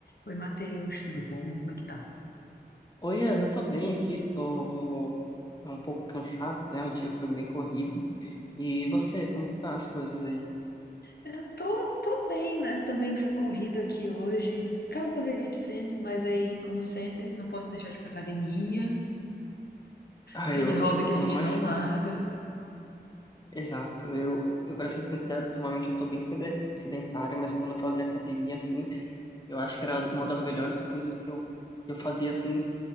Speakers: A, on the left (about 70°); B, on the left (about 25°).
A: Oi, Matheus, tudo bom? Como é que tá?
B: Oi, Ana, eu tô bem aqui, tô é um pouco cansado, né? O dia foi bem corrido. E você, como que tá as coisas aí?
A: É, tô, tô bem, né? Também foi corrido aqui hoje. Aquela correria de sempre, mas aí, como sempre, não posso deixar de ir pra academia.
B: Ah,
A: Aquele
B: eu,
A: hobby que a gente
B: eu imagino.
A: não larga.
B: Exato. Eu, eu pra ser sincero, ultimamente eu tô bem sede- sedentário, mas quando eu fazia academia, assim, eu acho que era uma das melhores coisas que eu, que eu fazia, assim,